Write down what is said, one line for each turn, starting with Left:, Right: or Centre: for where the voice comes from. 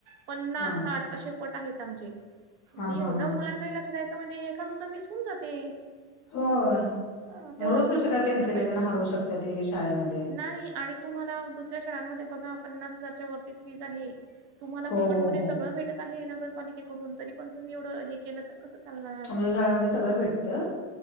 Right: पन्नास,
Left: हा
Right: साठ असे पट आहेत आमचे.
Left: हा
Right: ते
Left: हा
Right: एवढ्या
Left: हा
Right: मुलां काही लक्ष द्यायचं म्हणजे, एखादच मीस होऊन जाते.
Left: होय
Right: हा तेवढं
Left: मग रोज
Right: समजून
Left: कशी काय
Right: घेतलं
Left: पेन्सिल
Right: पाहिजे..
Left: त्यांना हरवू शकतात ते शाळेमध्ये
Right: नाही आणि, तुम्हाला दुसऱ्या शाळेमध्ये बघा पन्नास हजाराच्यावरती फीस आहे? तुम्हाला
Left: हो
Right: फुकट
Left: हो
Right: मध्ये,
Left: हो
Right: भेटत आहे. नगरपालिकेकडून तरी पण तुम्हीव के तर कसं, चालणार?
Left: आमच्या शाळेमध्ये सगळं भेटतं.